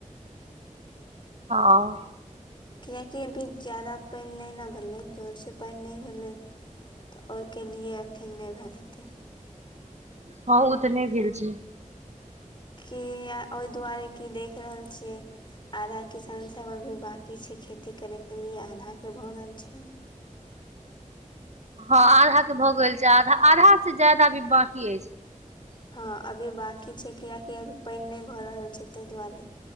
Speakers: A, on the right (about 60°); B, on the left (about 35°).
A: हँ
B: कियाकि अभी ज्यादा पानि नहि न भेलै, जोरसँ पानि नहि भेलै। तऽ ओहिके लिए अखन नहि भैल हेतै।
A: हँ उ तऽ नहि भेल छै।
B: किया ओहि दुआरे कि देख रहल छियै आधा किसान सब अभी बाकी छै, खेती करैके लिए आधाके भऽ गेल छै।
A: हँ आधा के भऽ गेल छै, आधा-आधा से ज्यादा अभी बांकी अइछ।
B: हँ अभी बाँकी छै, कियकि अभी पानि नहि भऽ रहल छै तहि दुआरे।